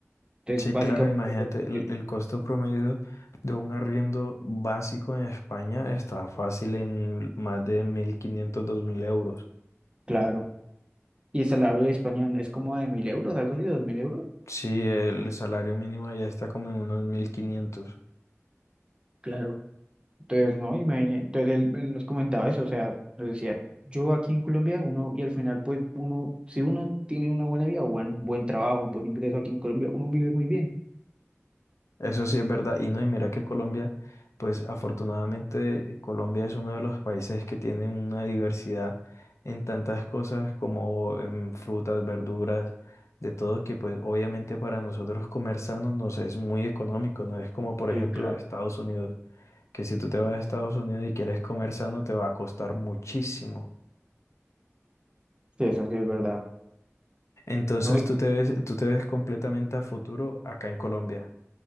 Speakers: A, on the right; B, on the left.
A: Entonces,
B: Sí,
A: básicamente,
B: claro, imagínate, el,
A: eh,
B: el costo promedio de un arriendo básico en España está fácil en más de mil quinientos dos mil euros.
A: claro. Y el salario de España es como de mil euros, algo así, dos mil euros.
B: Sí, el salario mínimo ya está como en unos mil quinientos
A: Claro. Entonces, no, imagínate. Entonces, él, él nos comentaba eso, o sea, nos decía, yo aquí en Colombia, uno, y al final, pues, uno, si uno tiene una buena vida, bueno, un buen trabajo, un buen ingreso aquí en Colombia, uno vive muy bien.
B: Eso sí es verdad. Y no, y mira que Colombia, pues afortunadamente Colombia es uno de los países que tienen una diversidad en tantas cosas como en frutas, verduras, de todo, que pues obviamente para nosotros comer sano nos es muy económico, no es como por ejemplo
A: Sí, claro.
B: Estados Unidos, que si tú te vas a Estados Unidos y quieres comer sano te va a costar muchísimo.
A: Sí, eso sí es verdad.
B: Entonces
A: no
B: tú te ves, tú te ves completamente a futuro acá en Colombia.